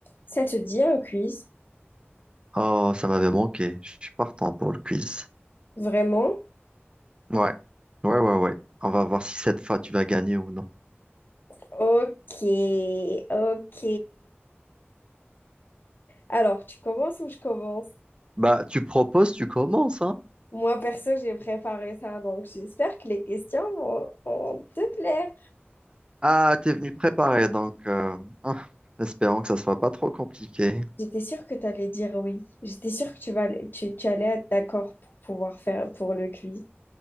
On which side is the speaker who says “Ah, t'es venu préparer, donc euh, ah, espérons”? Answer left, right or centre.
Right